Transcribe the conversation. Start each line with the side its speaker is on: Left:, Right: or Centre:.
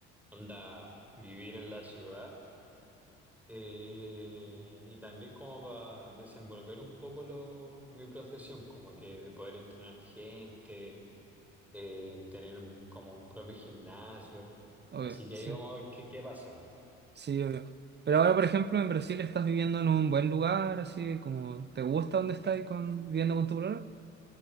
Centre: onda, vivir en la ciudad eh, y también como para desenvolver un poco lo, mi profesión, como que de poder entrenar gente, eh, tener un- como un propio gimnasio.
Right: obvio,
Centre: Así que
Right: sí.
Centre: ahí vamos a ver qué, qué pasa. po.
Right: Sí, obvio. Pero ahora, por ejemplo, en Brasil estás viviendo en un buen lugar, así como, ¿te gusta donde estás con, viviendo con tu problema?